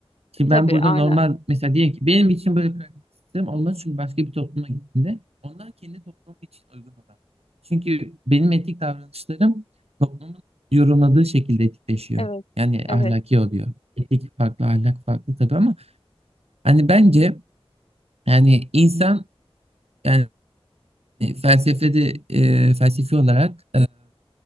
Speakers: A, on the right (about 85°); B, on the left (about 80°).
A: Şimdi
B: Tabii,
A: ben burada
B: aynen.
A: normal mesela diyelim ki benim için böyle pragmatik sistem olmaz çünkü başka bir topluma gittiğinde onlar kendi toplumu için uygun olan. Çünkü benim etik davranışlarım toplumun yorumladığı şekilde etikleşiyor.
B: Evet,
A: Yani
B: evet,
A: ahlaki oluyor. Etik farklı, ahlak farklı tabii ama hani bence yani insan yani felsefede e, felsefi olarak